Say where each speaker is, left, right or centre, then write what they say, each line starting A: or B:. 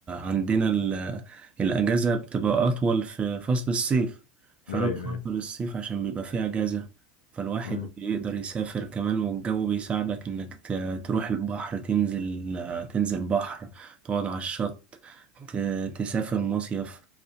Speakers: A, on the right; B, on the left.
A: عندنا ال- الأجازة بتبقى أطول في فصل الصيف فأنا
B: أيوه أيوه
A: بفضل الصيف عشان بيبقى فيه أجازة فالواحد
B: مم.
A: بيقدر يسافر كمان والجو بيساعدك إنك ت- تروح البحر تنزل تنزل بحر تقعد على الشط ت- تسافر مصيف